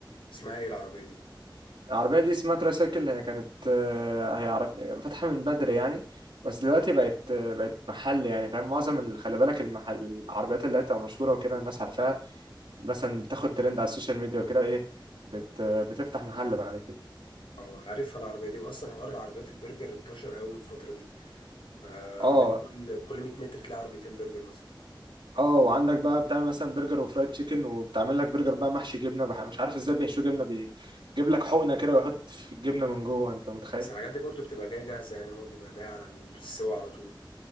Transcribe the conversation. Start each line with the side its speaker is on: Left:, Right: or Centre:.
Left: اسمها ايه العربية دي
Right: العربيه دي اسمها ترايسايكل هي كانت آه، هي عرب فاتحه من بدري يعني بس دلوقتي بقت آه، بقت محل يعني فاهم معظم ال- خلي بالك المحل العربيات اللي هي بتبقى مشهوره وكده الناس عارفاها مثلا بتاخد ترند على السوشيال ميديا وكده ايه بت آه، بتفتح محل بعد كده
Left: اه عارفها العربية دي واصلا حوار العربيات البرجر انتشر قوي الفترة دي بقى
Right: اه
Left: من كل كل 100 متر تلاقي عربيتين برجر مثلا
Right: اه وعندك بقى بتعمل مثلا برجر وفرايد تشيكن وبتعمل لك برجر بقى محشي جبنه بح... مش عارف ازاي بيحشوا جبنه بيجيب لك حقنه كده ويحط في الجبنه من جوه انت متخيل
Left: بس الحاجات دي برضو بتبقى جاية جاهزة يعني هو بيبقى جاي على السوا على طول